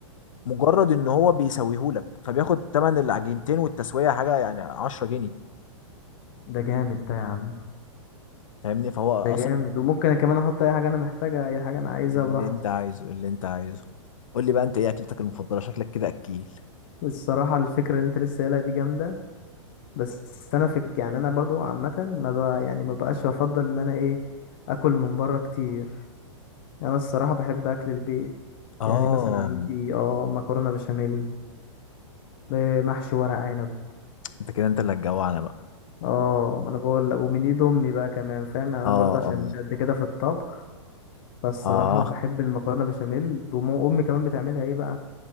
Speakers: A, on the left (about 85°); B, on the left (about 45°).
A: مجرد ان هو بيسويهولك فبياخد تمن العجينتين والتسويه حاجه يعني 10 جنيه
B: ده جامد ده يا عم
A: فاهمني فهو
B: ده جامد
A: اصلا
B: وممكن أنا كمان احط اي حاجه انا محتاجها اي حاجه انا عايزها
A: اللي
B: براحتي
A: انت عايزه اللي انت عايزه قول لي بقى انت ايه اكلتك المفضله شكلك كده اكيل
B: الصراحه الفكره اللي انت لسه قايلها دي جامده بس انا في يعني انا برضو عامه ما ب... يعني ما بقاش بفضل ان انا ايه اكل من بره كتير انا الصراحه بحب اكل البيت
A: اه
B: يعني مثلا عندي اه مكرونه بشاميل آه، محشي ورق عنب
A: انت كده انت اللي هتجوعنا بقى
B: اه ما انا بقول لك ومن ايد امي بقى كمان فاهم يعني انا
A: اه
B: برضه عشان
A: اه
B: مش قد كده في الطبخ فالصراحه
A: اه
B: بحب المكرونه بشاميل وام امي كمان بتعملها ايه بقى